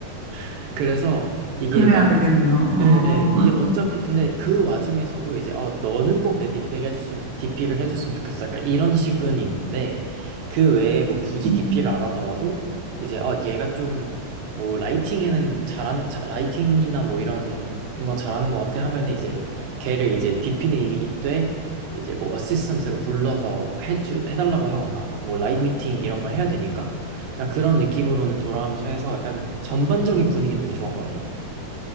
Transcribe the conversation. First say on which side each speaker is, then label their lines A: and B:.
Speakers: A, on the right; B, on the right.
A: <laughs> 그래서 이게
B: 그래야 되겠네요.
A: 예,
B: 어,
A: 예. 이 어차피 근데 그 와중에서도 이제 어 너는 꼭 내 DP를 해줬으면 DP를 해줬으면 좋겠어. 약간 이런 식은 있는데 그 외에 뭐 굳이
B: 음,
A: DP를 안 하더라도 이제 어 얘가 좀 뭐 라이팅에는 잘하는 자, 라이팅이나 뭐 이런 건 잘하는 것 같아 하면은 이제 걔를 이제 DP는 이미 있되 이제 뭐 어시스턴트로 불러서 해주 해달라고 하거나 뭐 라인 미팅 이런 걸 해야 되니까 그냥 그런 느낌으로는 돌아가면서 해서 약간 전반적인 분위기는 되게 좋았거든요.